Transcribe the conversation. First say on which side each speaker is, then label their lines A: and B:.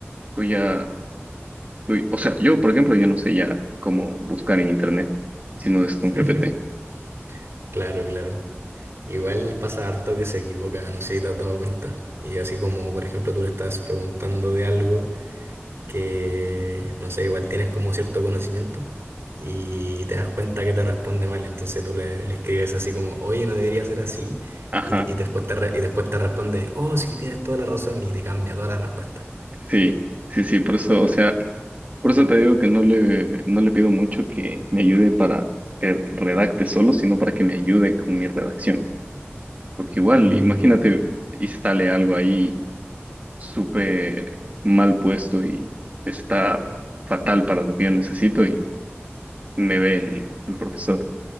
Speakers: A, on the right; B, on the right.
A: tú ya, tú- o sea, yo, por ejemplo, yo no sé ya cómo buscar en internet, si no es con
B: <laughs>
A: GPT.
B: Claro, claro. Igual pasa harto que se equivoca, no sé si te has dado cuenta. Y así como, por ejemplo, tú le estás preguntando de algo. que, no sé, igual tienes como cierto conocimiento y te das cuenta que te responde mal. Entonces tú le, le escribes así como, oye, no debería ser así.
A: Ajá,
B: Y, te- y después te re- y después te responde, oh, sí, tienes toda la razón. Y te cambia toda la respuesta.
A: sí, sí, sí, por eso, o sea, por eso te digo que no le, no le pido mucho que me ayude para que redacte solo, sino para que me ayude con mi redacción, porque igual,
B: Mm,
A: imagínate
B: cl-
A: y sale algo ahí súper mal puesto y está fatal para lo que yo necesito y me ve el, el profesor.